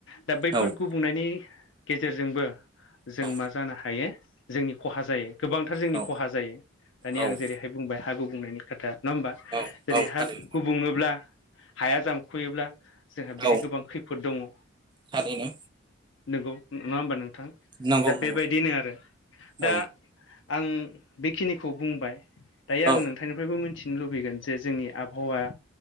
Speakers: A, on the left; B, on the right.
A: दा बैफोर
B: नंगौ
A: गु बुंनायनि गेजेरजोंबो जों
B: औ
A: मा जानो हायो जोंनि खहा जायो। गोबांथार जोंनि
B: औ
A: खहा जायो दानि आं
B: औ
A: जेरैहाय बुंबाय हा गुबुंनायनि खोथा। नङा होमबा?
B: औ
A: जेरै
B: औ
A: हा
B: थारैनो
A: गुबुङोब्ला हाया जामखुयोब्ला जोंहा बेहाय
B: औ
A: गोबां खैफोद दङ।
B: थारैनो
A: नोंगौ नङा होमबा नोंथां
B: नंगौ
A: दा
B: नंगौ
A: बेबायदि नो आरो।
B: औ
A: दा आं बेखिनिखौ बुंबाय। दायो आं
B: औ
A: नोंथांनिफ्रायबो मिथिनो लुबैगोन जे जोंनि आब हौवाया